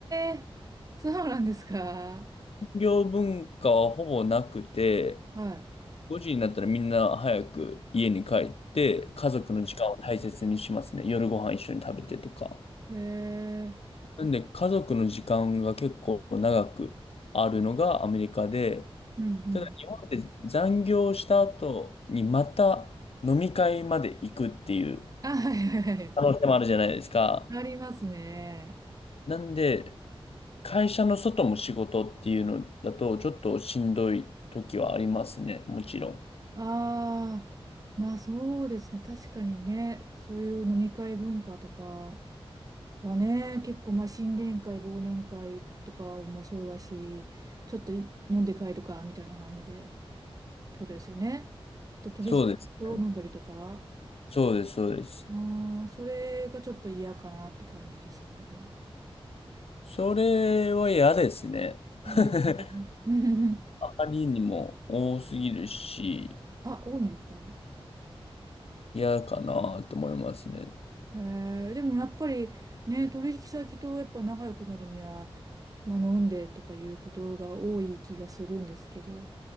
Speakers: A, on the right; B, on the left.
A: え、そうなんですか
B: 残業文化はほぼなくて、
A: はい。
B: 5時になったらみんな早く家に帰って、家族の時間を大切にしますね。夜ご飯一緒に食べてとか。
A: へえ、
B: なんで、家族の時間が結構長くあるのがアメリカで、
A: うんうん。
B: ただ日本って残業した後にまた飲み会まで行くっていう
A: あ、はいはいはい。
B: 可能性もあるじゃないですか。
A: ありますね。
B: なんで、会社の外も仕事っていうのだと、ちょっとしんどい時はありますね。もちろん。
A: ああ、まあそうですね。確かにね、そういう飲み会文化とかはね、結構まあ新年会、忘年会とかもそうだし、ちょっとい飲んで帰るかみたいな感じで、ってことですよね。と取引を飲んだりとか、
B: そうですね。そうです、そうです。
A: うん、それがちょっと嫌かなって感じですか、じゃあ。
B: それは嫌ですね。<laughs>
A: うん、
B: あまりにも多すぎるし、
A: <laughs> あ、多いんですか
B: 嫌かなと思いますね。
A: へえでもやっぱりね、取引先とやっぱ仲良くなるには、まあ、飲んでとかいうことが多い気がするんですけど、